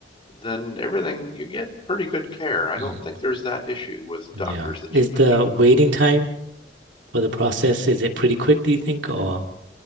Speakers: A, on the left; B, on the right.
A: then everything, you get pretty good care. I don't
B: Mm.
A: think there's that issue with
B: Yeah.
A: doctors that
B: Is
A: you
B: the
A: mentioned.
B: waiting time for the process, is it pretty quick, do you think, or